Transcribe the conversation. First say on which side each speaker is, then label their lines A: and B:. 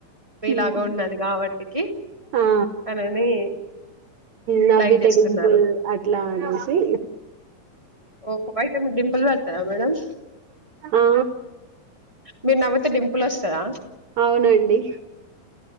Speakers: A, on the right (about 20°); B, on the right (about 65°).
A: మీలాగ
B: హ్మ్
A: ఉన్నది కాబట్టి ఎకి
B: ఆ
A: తనని
B: నవ్వితే
A: లైక్ చేస్తున్నారు
B: డింపుల్ అట్లా అనేసి
A: ఓహో అయితే మీకు డింపుల్ బడతాద మేడమ్
B: ఆ
A: మీరు నవ్వుతె డింపుల్ వస్తాదా
B: అవునండి